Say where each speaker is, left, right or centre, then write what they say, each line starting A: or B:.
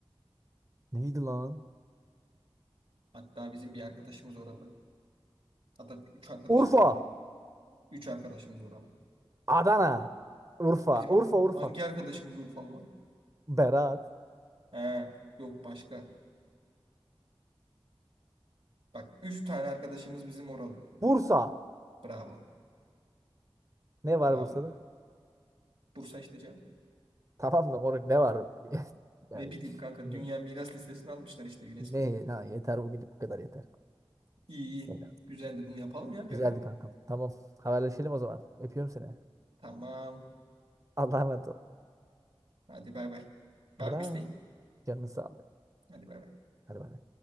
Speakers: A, on the right; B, on the right.
A: Neydi lan?
B: Hatta bizim bir arkadaşımız oralı. Hatta üç arkadaşımız
A: Urfa.
B: oralı. Üç arkadaşımız oralı.
A: Adana. Urfa.
B: Bizim
A: Urfa Urfa.
B: hangi arkadaşımız Urfalı? lan?
A: Berat.
B: He. Yok başka. Bak 3 tane arkadaşımız bizim oralı.
A: Bursa.
B: Bravo.
A: Ne var
B: Bravo.
A: Bursa'da?
B: Bursa işte cevap.
A: Tamam da moruk ne var? <laughs> Ya
B: Ne bileyim
A: üf,
B: kanka
A: ne?
B: dünya miras listesine almışlar işte UNESCO.
A: Ne? Ha, yeter bugünlük bu kadar yeter.
B: İyi iyi.
A: Yeter.
B: Güzeldi bunu yapalım ya bir
A: Güzeldi
B: ara.
A: kankam. Tamam. Haberleşelim o zaman. Öpüyorum seni.
B: Tamam.
A: Allah'a emanet ol.
B: Hadi bay bay.
A: Hadi
B: Var mı
A: bay.
B: bir isteğin?
A: Canını sağlık.
B: Hadi bay bay.
A: Hadi bay.